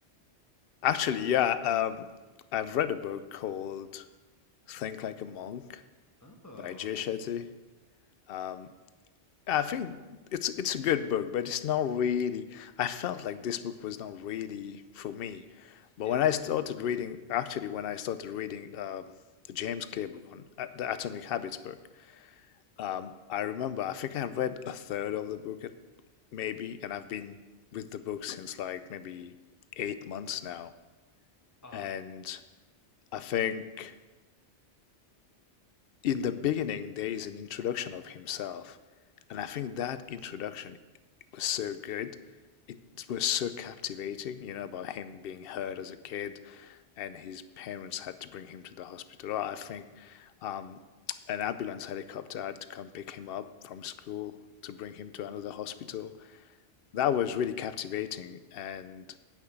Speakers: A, on the left; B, on the left.
A: Actually, yeah, um I've read a book called Think Like a Monk
B: oh
A: by Jay Shetty. Um I think it's it's a good book, but it's not really I felt like this book was not really for me. But
B: yeah,
A: when I started reading, actually when I started reading um the James Clear book on uh, the Atomic Habits book, Um, I remember, I think I read a third of the book at maybe, and I've been with the book since like maybe eight months now.
B: uh,
A: And I think in the beginning, there is an introduction of himself. And I think that introduction was so good. It was so captivating, you know, about him being hurt as a kid and his parents had to bring him to the hospital. I think um, an ambulance helicopter had to come pick him up from school to bring him to another hospital. That was really captivating, and